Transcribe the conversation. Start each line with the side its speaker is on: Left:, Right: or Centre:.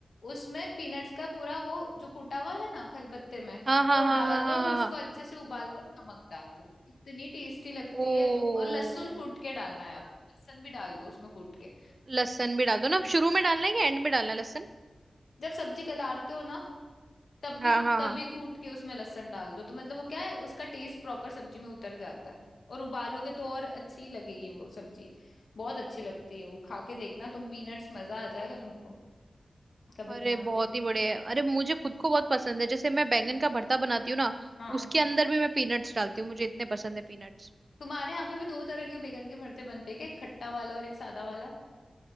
Left: उसमें पीनट्स का पूरा वो जो कूटा हुआ है ना खलबत्ते में
Right: हाँ हाँ
Left: वो
Right: हाँ
Left: डाल
Right: हाँ हाँ
Left: दो और
Right: हाँ
Left: उसको
Right: हाँ
Left: अच्छे से उबाल दो नमक डाल दो इतनी टेस्टी लगती
Right: ओ
Left: है और लहसुन कूट के डालना है आप लहसुन भी डाल दो उसमें कूट के
Right: लहसुन भी डाल दो ना अब शुरू में डालना है या एंड में डालना है लहसुन
Left: जब सब्जी कलारते हो ना तब
Right: हाँ
Left: भी
Right: हाँ
Left: तब
Right: हाँ
Left: भी कूट के उसमें लहसुन डाल दो तो मतलब वो क्या है उसका टेस्ट प्रॉपर सब्जी में उतर जाता है और उबालोगे तो और अच्छी लगेगी वो सब्जी बहुत अच्छी लगती है वो खा के देखना तुम पीनट्स मजा आ जाएगा तुमको कभी
Right: अरे
Left: बना
Right: बहुत
Left: के
Right: ही बढ़िया है। अरे मुझे खुद को बहुत पसंद है जैसे मैं बैंगन का भरता बनाती हूँ ना
Left: हाँ
Right: उसके अंदर भी मैं पीनट्स डालती हूँ मुझे इतने पसंद है पीनट्स
Left: तुम्हारे यहाँ पे भी दो तरह के बैगन के भरते बनते हैं क्या एक खट्टा वाला और एक सादा वाला